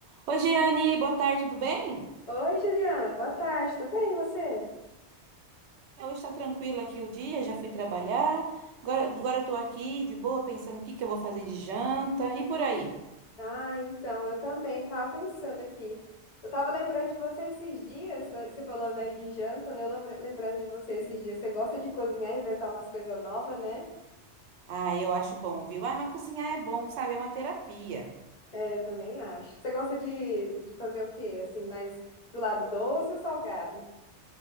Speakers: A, on the right (about 75°); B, on the left (about 40°).
A: Oi, Jeane, boa tarde, tudo bem?
B: Oi, Juliana, boa tarde, tudo bem, e você?
A: Hoje está tranquilo aqui o dia, já fui trabalhar. Agora, agora eu tô aqui de boa, pensando o que que eu vou fazer de janta e por aí.
B: Ah, então, eu também tava pensando aqui. Eu tava lembrando de você esses dias, eh, você falando aí de janta, né? Eu lembra- lembrando de você esses dias. Você gosta de cozinhar, inventar umas coisas novas, né?
A: Ah, eu acho bom, viu? Ah, mas cozinhar é bom, sabe? É uma terapia.
B: É, eu também acho. Você gosta de, de fazer o quê? Assim, mais pro lado doce ou salgado?